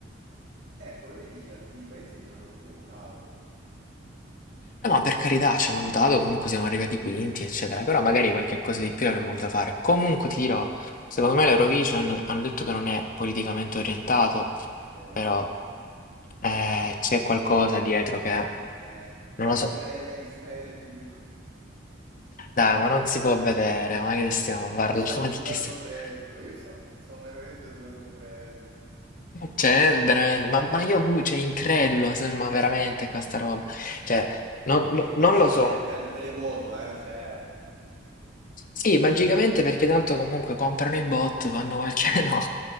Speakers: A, on the right (about 65°); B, on the left (about 45°).
A: Eh, come vedi, alcuni paesi ci hanno proprio votato
B: Eh, ma per carità, ci hanno votato, comunque siamo arrivati quinti, eccetera, però magari qualche cosa di più avremmo voluto fare. Comunque ti dirò, secondo me l'Eurovision hanno detto che non è politicamente orientato,
A: l'Eramo.
B: però eh, c'è qualcosa dietro che
A: Eh, ma
B: non lo
A: Israele,
B: so.
A: Israele prima.
B: Dai, ma non si può vedere, ma che stiamo parlando?
A: Io stavo
B: <laughs> Ma
A: sudando
B: di che stiamo...
A: freddo,
B: <laughs>
A: io stavo, stavo veramente sudando freddo.
B: Cioè, veramente, ma, ma io, uh, cioè, incredulo, so- ma veramente questa roba, cioè, non,
A: Poi
B: non-
A: magicamente
B: non lo so.
A: al televoto, eh, cioè...
B: Sì, magicamente perché tanto comunque comprano i bot, fanno
A: eh.
B: qualche... <laughs> No,